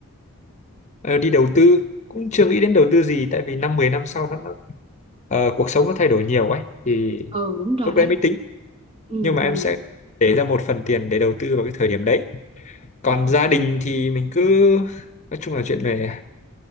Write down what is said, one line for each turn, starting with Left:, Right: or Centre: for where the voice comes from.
Left: Ờ, đi đầu tư cũng chưa nghĩ đến đầu tư gì tại vì năm 10 năm sau nó, nó ờ, cuộc sống nó thay đổi nhiều ấy thì
Right: ừ đúng rồi
Left: lúc
Right: đấy
Left: đấy mới tính
Right: ừ
Left: nhưng mà
Right: ừ
Left: em sẽ để ra một phần tiền để đầu tư vào cái thời điểm đấy còn gia đình thì mình cứ nói chung là chuyện về